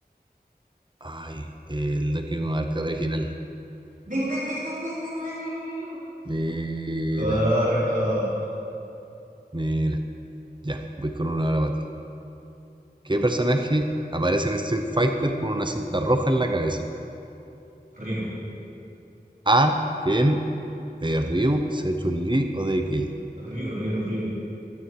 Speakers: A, on the right; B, on the right.
A: Ay, el Donkey Kong Arcade original.
B: ¡Ding, ding, ding, ding, ding, ding, ding!
A: Mira,
B: Correcto.
A: mira. Ya, voy con una hora para ti. ¿Qué personaje aparece en Street Fighter con una cinta roja en la cabeza?
B: Ryu.
A: A. Ken. B. Ryu. C. Chun-Li o D. Gil.
B: Ryu, Ryu, Ryu.